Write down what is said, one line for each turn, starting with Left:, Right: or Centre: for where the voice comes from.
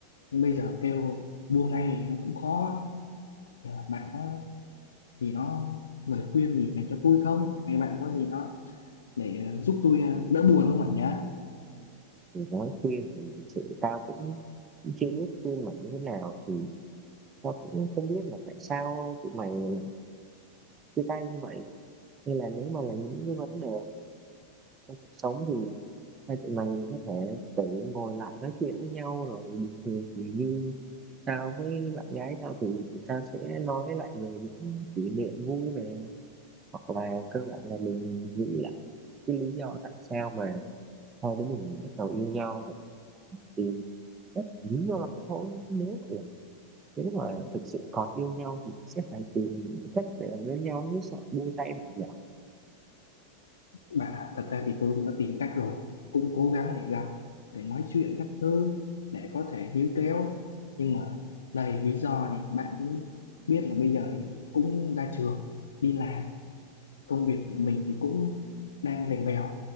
Left: nhưng bây giờ kêu buông ngay thì nó cũng khó Giờ bạn có gì nó lời khuyên gì dành cho tôi không hay bạn có gì nó để ờ, giúp tôi ờ, đỡ buồn không bạn nhé
Right: thì nói khuyên thì thực sự tao cũng chưa biết khuyên mày như thế nào thì tao cũng không biết là tại sao tụi mày lại chia tay như vậy hay là nếu mà là những cái vấn đề trong cuộc sống thì hai tụi mày có thể tự ngồi lại nói chuyện với nhau rồi bình thường thì như tao với bạn gái tao thì tao sẽ nói lại về những kỷ niệm vui này hoặc là cơ bản là mình nghĩ lại cái lý do tại sao mà hai đứa mình bắt đầu yêu nhau để tìm cách lý do lại thôi nếu mà nếu mà thực sự còn yêu nhau thì sẽ phải tìm cách để ở bên nhau chứ sợ buông tay bây giờ
Left: bạn ạ, thật ra thì tôi cũng đã tìm cách rồi cũng cố gắng để gặp để nói chuyện các thứ để có thể níu kéo nhưng mà đầy lý do thì bạn cũng biết là bây giờ thì cũng ra trường đi làm công việc của mình thì cũng đang lèn bèo